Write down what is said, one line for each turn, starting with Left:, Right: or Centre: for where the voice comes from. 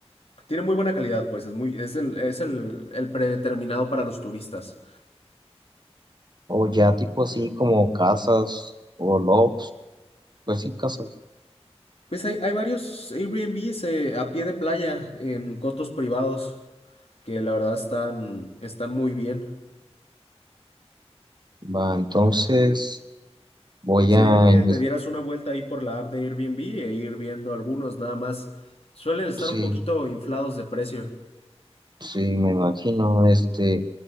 Left: tiene muy buena calidad pues, es muy, es el, es el, el predeterminado para los turistas.
Right: O ya tipo así como casas o lofts, pues sí, casas.
Left: Pues hay, hay varios Airbnbs eh, a pie de playa en cotos privados que la verdad están, están muy bien.
Right: Va, entonces voy
Left: Sería
Right: a
Left: que
Right: investigar,
Left: te dieras una vuelta ahí por la app de Airbnb e ir viendo algunos nada más, suelen estar
Right: sí,
Left: un poquito inflados de precio.
Right: sí, me imagino, este,